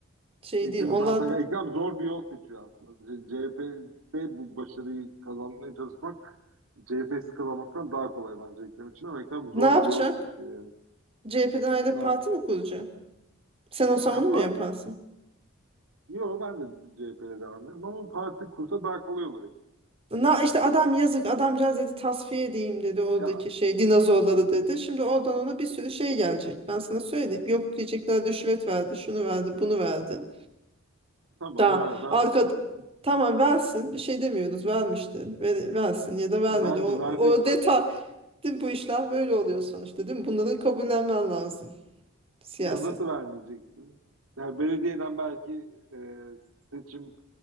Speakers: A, on the right; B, on the right.
A: Şey
B: Ekrem
A: değil. Onlar
B: zaten ya
A: da
B: Ekrem zor bir yol seçiyor aslında. CHP'de bu başarıyı kazanmaya çalışmak CHP'siz kazanmaktan daha kolay bence Ekrem için ama Ekrem zor
A: ne yapacak?
B: bir yol seçiyor yani.
A: CHP'den ayrılıp
B: Ne yap?
A: parti mi kuracak? Sen olsan
B: Ya
A: onu
B: parti
A: mu yaparsın?
B: Yo ben de CHP'yle devam ederim ama parti kursa daha kolay olur.
A: Na, işte adam yazık adamcağız dedi tasfiye edeyim dedi oradaki
B: Ya
A: şey dinozorları dedi. Şimdi oradan ona bir sürü şey gelecek. Ben sana söyleyeyim. Yok diyecekler rüşvet verdi, şunu verdi, bunu verdi.
B: Tamam
A: Tamam.
B: ver, verdi
A: Arka
B: zaten.
A: tamam versin. Bir şey demiyoruz. Vermişti. Ver, versin ya da vermedi.
B: Verecek,
A: O,
B: verecek
A: o
B: zaten.
A: detay. Değil mi? Bu işler böyle oluyor sonuçta değil mi? Bunları kabullenmen lazım. Siyaset.
B: Ya nasıl vermeyeceksin? Yani belediyeden belki e, seçim